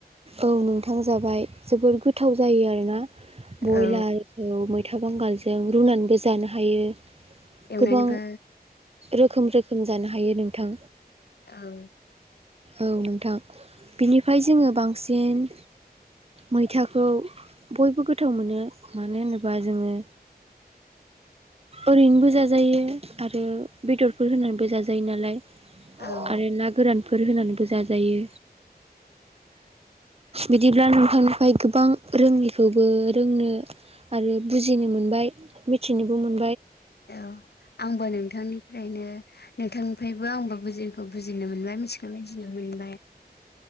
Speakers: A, on the right; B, on the left.
A: औ नोंथां जाबाय जोबोद गोथाव जायो आरोना। बयलारखौ
B: औ
A: मैथा बांगालजों रुनानैबो जानो हायो।
B: एवनानैबो
A: गोबां रोखोम रोखोम जानो हायो नोंथां।
B: आं
A: औ नोंथां बिनिफ्राय जोङो बांसिन। मैथाखौ बयबो गोथाव मोनो मानो होनोबा जोङो। ओरैनोबो जाजायो आरो बेदरफोर होनानैबो जाजायो नालाय आरो
B: औ
A: ना गोरानफोर होनानैबो जाजायो। बिदिब्ला नोंथांनिफ्राय गोबां रोङैखौबो रोंनो। आरो बुजिनो मोनबाय मिथिनोबो मोन।
B: औ आंबो नोंथांनिफ्रायनो नोंथांनिफ्रायबो आंबो बुजियैखौ बुजिनो मोनबाय मिथियैखौ मिथिनो मोनबाय